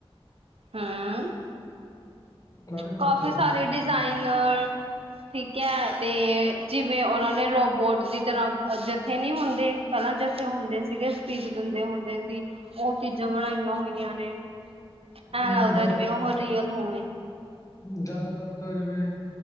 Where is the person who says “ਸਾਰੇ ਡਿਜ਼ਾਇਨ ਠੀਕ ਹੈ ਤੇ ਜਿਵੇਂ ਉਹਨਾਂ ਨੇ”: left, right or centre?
Right